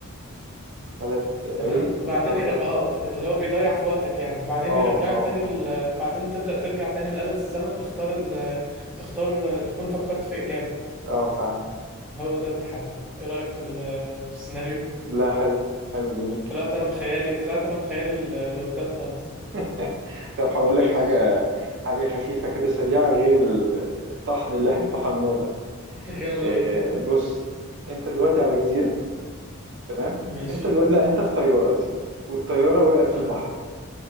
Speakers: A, on the right; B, in the centre.
A: ثلاث دقايق
B: تمام وبعدين
A: طاردة
B: ير... اه اللي هو بيضيع في وقتك يعني وبعدين
A: اه
B: يرجعك
A: اه
B: تاني
A: اه
B: ل... بعدين تبدأ ترجع تاني لآلة الزمن تختار ال... تختار آه، تكون فكرت في إجابة
A: اه فهمت
B: هو ده التحدي إيه رأيك في ال- في السيناريو
A: لا حلو حلو جميل
B: طلعت انا بخيالي طلعت انا بخيالي ل- لقدام خالص
A: <laughs> طب هقول لك
B: ماشي
A: حاجة حاجة خفيفة كده سريعة غير ال- الطحن اللي احنا طحناه ده
B: يلا
A: آه،
B: بينا
A: بص انت دلوقتي على جزيرة تمام
B: ماشي
A: انت دلوقتي لا انت في طيارة يا سيدي والطيارة وقعت في
B: طيب
A: البحر